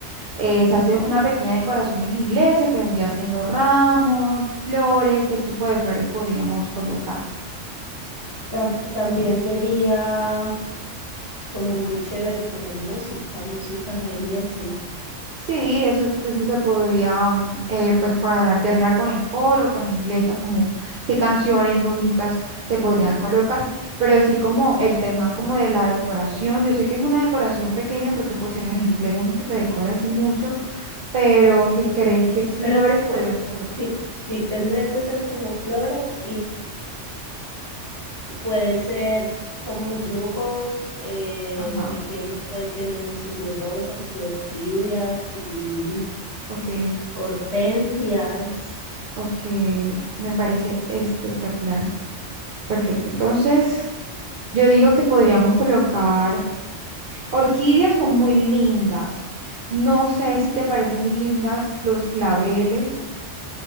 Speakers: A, on the right (about 60°); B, on the left (about 25°).
A: Eh, se hace una pequeña decoración en la iglesia que vendría siendo ramos, flores, ¿qué tipo de flores podríamos colocar?
B: Tam- también sería como muy chévere tener música, música en la iglesia.
A: Sí, eso, eso se podría eh, pues cuadrar ya sea con el coro, con la iglesia, como qué canciones bonitas se podrían colocar, pero sí como el tema como de la decoración, yo sé que es una decoración pequeña porque pues en las iglesias no es que se decora así mucho, pero ¿qué crees que flores
B: Pero sí,
A: podríamos
B: pues
A: colocar?
B: sí, sí tendría que ser como flores Y puede ser como yugos eh,
A: Ajá,
B: pequeños, puede tener, no sé si rosas y orquídeas y
A: ok,
B: hortensias,
A: ok, me parece espectacular, perfecto, entonces yo digo que podríamos colocar Orquídeas son muy lindas. No sé si te parecen lindas los claveles